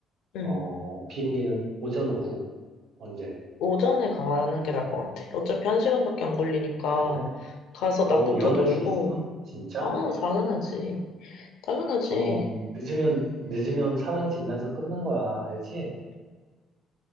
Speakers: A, on the left; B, on the right.
A: 응.
B: 어, 비행기는 오전 오후 언제?
A: 오전에 가는 게 나을 것 같아. 어차피 한 시간밖에 안 걸리니까
B: 너네?
A: 가서
B: 너
A: 낮부터
B: 일어날
A: 놀고
B: 수 있음? 진짜?
A: 아, 당연하지. 당연하지.
B: 어, 늦으면 늦으면 사망 진단서 끊는 거야, 알지?